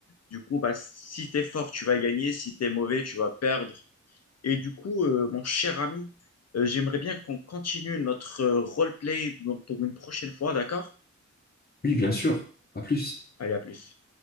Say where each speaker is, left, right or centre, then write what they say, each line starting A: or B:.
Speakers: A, on the left; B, on the left.
A: Du coup, bah, si t'es fort, tu vas gagner. Si t'es mauvais, tu vas perdre. Et du coup, euh, mon cher ami, euh, j'aimerais bien qu'on continue notre euh, roleplay pour une prochaine fois, d'accord?
B: Oui, bien sûr. À plus.
A: Allez, à plus.